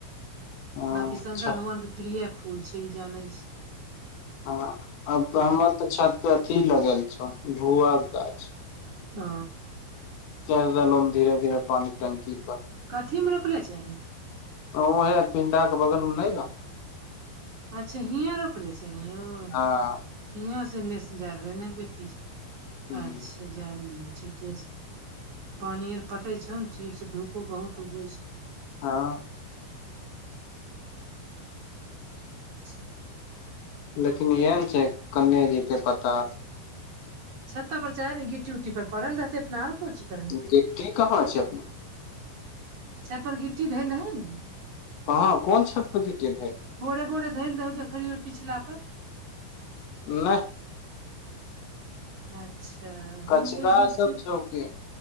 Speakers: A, on the left; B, on the right.
A: हँ
B: बांकी शंकर
A: छ
B: भगवानके प्रिय फूल छैय इ जानै छी।।
A: हां अब त हमर तऽ छत पे अथी लगल छह भुआके गाछ।
B: ओ
A: चढि देलौन धीरे धीरे पानी टंकी तक।
B: कथी मे रोपले छही
A: अहूं ओहै पिंडाक बगलमे नै रहौं
B: अच्छा हिंया रोपले छहीं और हिंया
A: हँ
B: से एनेसे जादे नै पिछे
A: ह
B: अच्छा जैलै दहि ठीके छैय पानी आर पटै छौ न ठीक छौ धुपो बहुत उगेय छौ।
A: हॅं
B: <inaudible>
A: लेकिन इहै न छैय कने जेतै पता नै
B: छ्ता पर चढा दिही गिट्टी उट्टी पर पड़ल रहतै अपना आरो कोन चीज करबीही।
A: गिट्टी कहाँ छै अपने
B: छत पर गिट्टी धैल रहैय नु।
A: कहां कोन छत पर गिट्टी धइल रहै?
B: बोरे बोरे धैल रहैय जे ओ <unintelligible> पिछला पर
A: नै
B: अच्छा
A: कचरा
B: हम कहीयै कि गीची
A: सब छौ कि